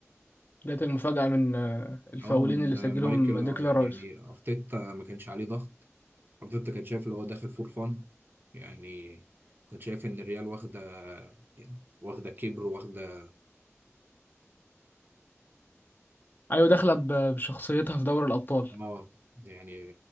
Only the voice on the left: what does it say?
جت المفاجأة من آه، الفاولين
اللي سجلهم
ديكلان
رايس
ايوه داخله ب- بشخصيتها في دوري الابطال